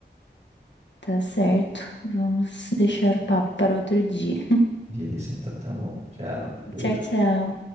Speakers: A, on the left (about 75°); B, on the right (about 40°).
A: tá certo. Vamos deixar o papo para outro dia.
B: disso, então tá bom. Tchau. beijo.
A: Tchau, tchau.